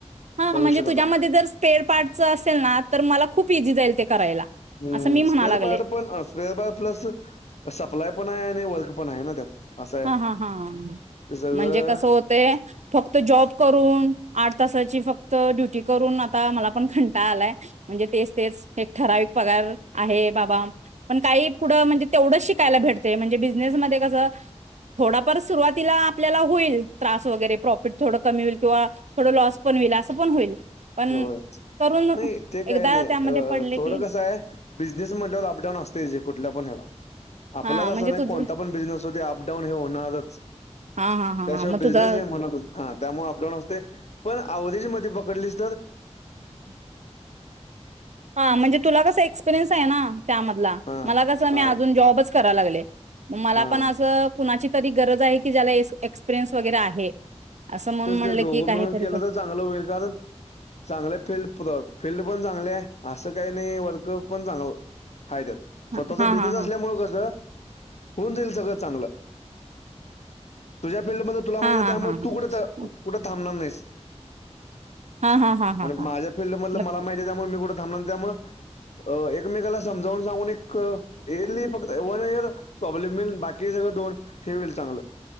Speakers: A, on the right; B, on the left.
A: हा
B: भविष्यात
A: म्हणजे तुझ्यामध्ये
B: आता.
A: जर स्पेअर पार्टच असेल
B: <inaudible>
A: ना तर मला खूप इझी जाईल ते करायला.
B: हम्म,
A: असं मी म्हणा
B: स्पेअर
A: लागले
B: पार्ट पण स्पेअर पार्ट प्लस सप्लाय पण आहे आणि वर्क पण आहे ना त्यात. असं आहे
A: हा हा हा
B: ते सगळं
A: म्हणजे कस होतय फक्त जॉब करून आठ तासाची फ क्त ड्युटी करून आता मला पण कंटाळा आलाय म्हणजे तेच तेच एक ठराविक पगार आहे बाबा पण काही पुढं म्हणजे तेवढंच शिकायला भेटते म्हणजे बिझनेस मध्ये कसं थोडाफार सुरुवातीला आपल्याला होईल त्रास वगैरे प्रॉफिट थोडं कमी होईल किंवा थोडं लॉस पण होईल असं पण होईल. पण
B: होय
A: करून
B: नाही ते काय
A: एकदा
B: नाही
A: त्यामध्ये
B: अ
A: पडले
B: थोडं
A: की
B: कसं आहे बिजनेस म्हटलंवर अपडाऊन असतयचं जे कुठल्या पण ह्याला. आपलाच
A: हा
B: असं
A: म्हणजे
B: नाही
A: तुझ
B: कोणता पण बिझनेस होत अपडाऊन हे होणारच.
A: हा हा हा
B: त्याशिवाय
A: हा मग तुझा
B: बिझनेस हे म्हणतच हा त्यामुळे आपला अस्तय पण आवरेज मध्ये पकडलीस तरर
A: हा म्हणजे तुला कस एक्स्पिरियन्स आहे ना त्यामधला
B: हां,
A: मला कस
B: हां,
A: मी आजुन जॉबच णाय लागलेय मलापण
B: हां.
A: अस कुणाची तरी गरज आहे की ज्याला एक्स्पिरियन्स वगैरे आहे असं म्हणून
B: तेच
A: म्हणलं
B: तेच दोघं
A: की काहीतरी
B: मिळून केलं
A: कर
B: तर चांगलं होईल कारण चांगलं फील्ड फील्ड पण चांगले असं काही नाही वर्क पण चांगलं हाय त्यात स्वतःचा
A: हा हा
B: बिझनेस
A: हा
B: असल्यामुळे कसं होऊन जाईल सगळं चांगलं तुझ्या फिल्ड मधलं तुला म्हायतीय
A: हा हा
B: त्यामुळं
A: हा हा
B: तु कुडं आं मनाम मेस
A: हा हा हा
B: आणि
A: हा
B: माझ्या फिल्ड मधलं
A: मग
B: मला माहिती आहे त्यामुळे मी कुठं थांबणार त्यामळं अ एकमेकाला समजावून सांगून एक येरली फक्त वन इयर प्रॉब्लेम होईल बाकी सगळं दोन हे होईल चांगलं